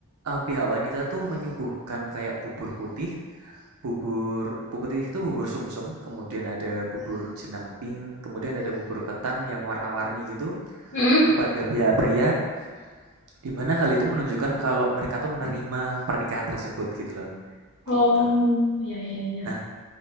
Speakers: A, on the right; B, on the left.
A: eh, pihak wanita tuh menyuguhkan kayak bubur putih bubur bubur putih itu bubur sumsum kemudian ada bubur jenang pink kemudian ada bubur ketan yang warna-warni gitu
B: Mm-mm.
A: kepada pihak pria Di mana hal itu menunjukkan kalau mereka tuh menerima pernikahan tersebut gitu loh,
B: Oh,
A: gitu.
B: ya ya ya.
A: Nah,